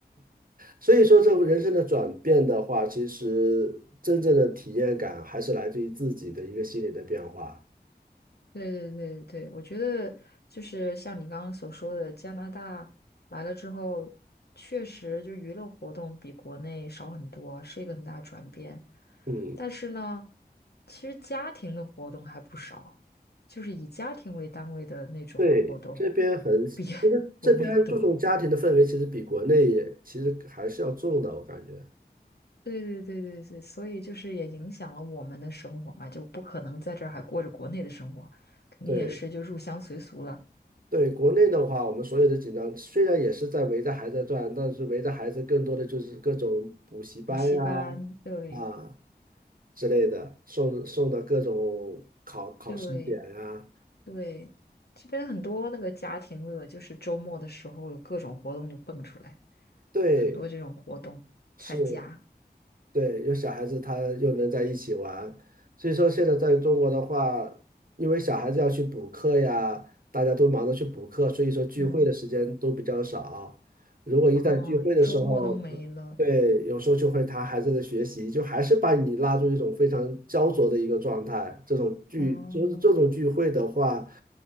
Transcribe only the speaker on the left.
对对对对，我觉得就是像你刚刚所说的，加拿大来了之后，确实就娱乐活动比国内少很多，是一个很大的转变。
但是呢，其实家庭的活动还不少，就是以家庭为单位的那种活动
比 <laughs> 国内多。
对对对对对，所以就是也影响了我们的生活嘛，就不可能在这儿还过着国内的生活，肯定也是就入乡随俗了，
补习班，对。
对对，这边很多那个家庭乐，就是周末的时候有各种活动就蹦出来，
有很多这种活动参加。
嗯，
哦，周末都没了。
哦，